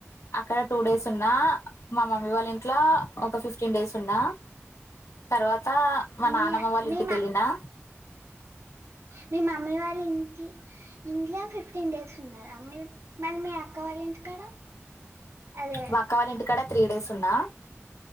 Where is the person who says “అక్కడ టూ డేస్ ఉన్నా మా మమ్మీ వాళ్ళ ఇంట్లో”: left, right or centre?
Left